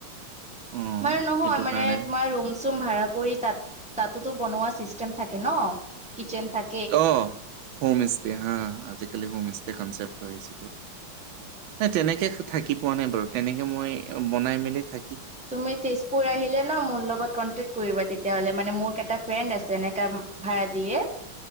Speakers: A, on the right (about 70°); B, in the centre.
A: অ'
B: মানে নহয়।
A: সেইটো
B: মানে
A: কাৰণে
B: তোমাৰ ৰুম ৰুম চোম ভাড়া কৰি তাত তাতোতো বনোৱা চিষ্টেম থাকে ন কিচেন থাকে।
A: অ হোম ষ্টে হা আজিকালি হোম ষ্টে কনচেপ হৈছেো। নাই তেনেকে থাকি পোৱা নাই বাৰু তেনেকে মই বনাই মেলি থা
B: তুমি তেজপুৰ আহিলে ন মোৰ লগত কন্টেক কৰিবা তেতিয়া হলে মানে মোৰ এটা ফ্ৰেণ্ড আছে এনেকাা ভাড় দিয়ে।